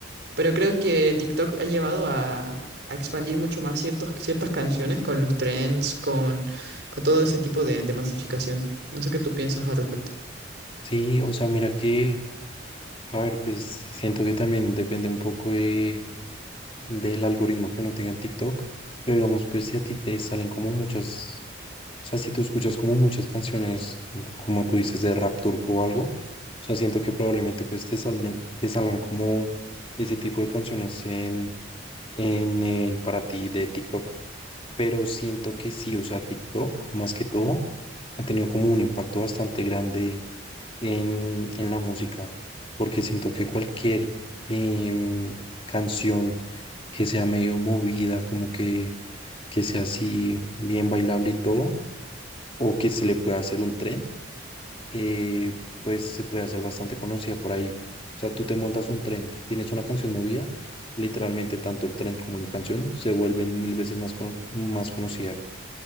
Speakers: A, on the right (about 60°); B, on the left (about 30°).
A: Pero creo que TikTok ha llevado a, a expandir mucho más ciertos, ciertas canciones con los trends, con, con todo ese tipo de, de masificación. No sé qué tú piensas al respecto.
B: Sí, o sea, mira que, a ver, pues siento que también depende un poco de, del algoritmo que uno tenga en TikTok, pero digamos, pues si a ti te salen como muchas, o sea, si tú escuchas como muchas canciones, mm, como tú dices, de rap turco o algo, o sea, siento que probablemente pues te salen, te salgan como ese tipo de canciones en, en el para ti de TikTok. pero siento que sí, o sea, TikTok más que todo ha tenido como un impacto bastante grande en, en la música, porque siento que cualquier em, canción que sea medio movida, como que, que sea así bien bailable y todo, o que se le pueda hacer un tren, eh, pues se puede hacer bastante conocida por ahí. O sea, tú te montas un tren, tienes una canción movida, literalmente tanto el tren como la canción se vuelven mil veces más, cono- más conocida.